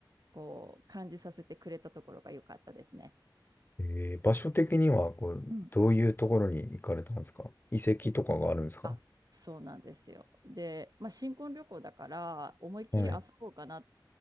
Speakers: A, on the right; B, on the left.
A: こう感じさせてくれたところが良かったですね。
B: えー場所的には、こう、
A: うん。
B: どういうところに行かれたんですか遺跡とかがあるんですか
A: えっあ、そうなんですよ。で、まあ、新婚旅行だから思いっきり遊ぼうかなっ
B: はい。